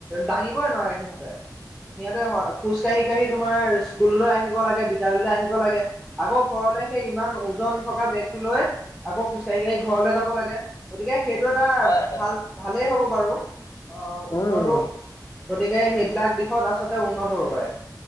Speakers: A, in the centre; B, on the left.
A: দাঙিবই নোৱাৰে সিহঁ সিহঁতে হয় খোজ কাঢ়ি কাঢ়ি তোমাৰ স্কুললৈ আহিব লাগে বিদ্যালয়লৈ আহিব লাগে। আকৌ ঘৰলে সেই ইমান ওজন থকা বেগটো লৈ আকৌ খোজ কাঢ়ি কাঢ়ি ঘৰলে যাব লাগে। গতিকে সেইটো এটা
B: হয় হয় হয়
A: ভাল ভালেই হ'ব বাৰু অঁ
B: উম
A: উন্নতো গতিকে সেইবিলাক দিশত আচলতে উন্নত হব পাৰে।